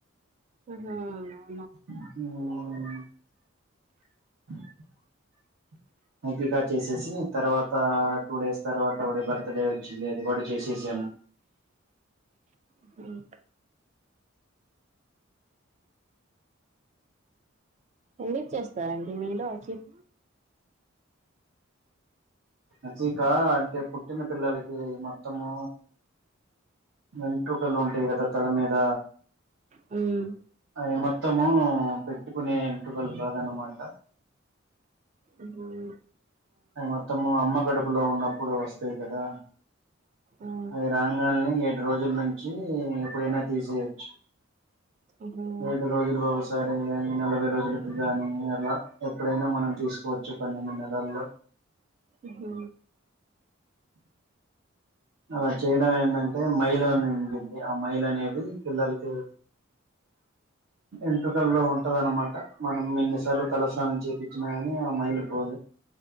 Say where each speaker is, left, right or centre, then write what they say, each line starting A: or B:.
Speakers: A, on the right (about 35°); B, on the right (about 65°).
A: ఆహ
B: ఆ అకికట్ చేసేసి తర్వాత టూ డేస్ తర్వాత వాడి బర్త్ డే వచ్చింది అది కూడా చేసేసాము
A: ఉహుమ్ ఎన్ని ఇచ్చేస్తారండి మీలో అచీవ్
B: నీచికా అంటే పుట్టిన పిల్లలకి మొత్తము వెంట్రుకలు ఉంటాయి కదా తల మీద
A: హ్మ్
B: అవి మొత్తము పెట్టుకునే ఏంట్రుకలు కాద అన్నమాట
A: ఓహొ
B: మొత్తము అమ్మ కడుపులో ఉన్నప్పుడు వస్తాయి కదా
A: ఆ
B: అది రాంగాలల్నే ఏడు రో ద్దున్నుంచి ఎప్పుడైనా తీసేయచ్చు
A: ఉహుమ్
B: ఏడు రోజు <unintelligible> సారి కాని నలభై రోజులకు కాని అలా ఎప్పుడైనా మనం తీసుకోవచ్చు పన్నెండు నెలల్లో
A: ఉహు
B: అలా చేయడం ఏందంటె మైలుని ఉండింది ఆ మైలు అనేది పిల్లలకి వెంట్రుకలల్లో ఉంటద అన్నమాట మనం ఎన్నిసార్లు తలస్నానం చేపించినా కాని ఆ మైలు పోదు